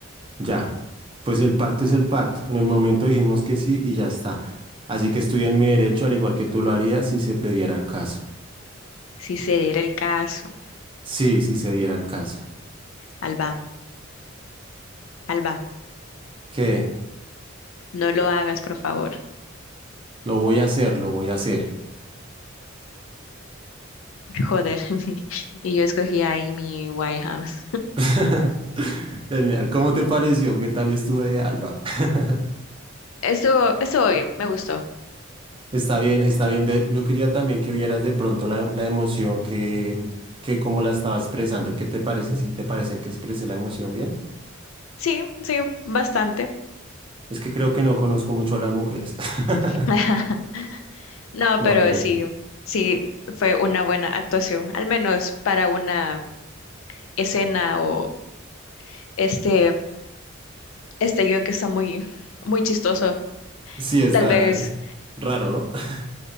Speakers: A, on the right; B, on the left.
A: Ya, pues el pacto es el pacto. En el momento dijimos que sí y ya está. Así que estoy en mi derecho, al igual que tú lo harías si se te diera el caso.
B: Si se diera el caso.
A: Sí, si se diera el caso.
B: Alba, Alba,
A: ¿Qué?
B: no lo hagas, por favor.
A: Lo voy a hacer, lo voy a hacer.
B: Joder. <laughs> Y yo escogí ahí mi White House.
A: <laughs> Genial. ¿Cómo te pareció? ¿Qué tal estuve de Alba? <laughs>
B: <laughs> Estuvo, estuvo bien, me gustó.
A: Está bien, está bien. De- Yo quería también que vieras de pronto la, la emoción que, que como la estaba expresando. ¿Qué te parece? ¿Si te parece que expresé la emoción bien?
B: Sí, sí, bastante.
A: Es que creo que no conozco mucho a las mujeres. <laughs>
B: <laughs> No,
A: No,
B: pero
A: pero
B: sí, sí fue una buena actuación, al menos para una escena o este, este guión que está muy, muy chistoso.
A: Sí, está
B: Tal vez,
A: es raro, ¿no? <laughs>